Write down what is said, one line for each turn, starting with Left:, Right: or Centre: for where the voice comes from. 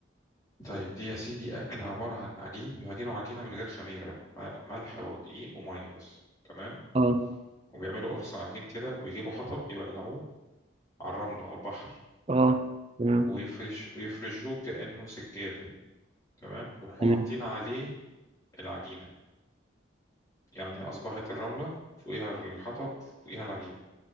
Left: طيب دي يا سيدي أكلة عبارة عن عجين بيعجنوا عجينة من غير خميرة م- ملح ودقيق ومية بس تمام
Right: اه
Left: وبيعملوا قرص عجين كده ويجيبوا حطب يولعوه على الرمل على البحر
Right: اه تمام
Left: ويفرش ويفرشوه كأنه سجادة تمام ويروحوا
Right: تمام
Left: حاطين عليه العجينة يعني أصبحت الرملة فوقيها الحطب فوقيها العجينة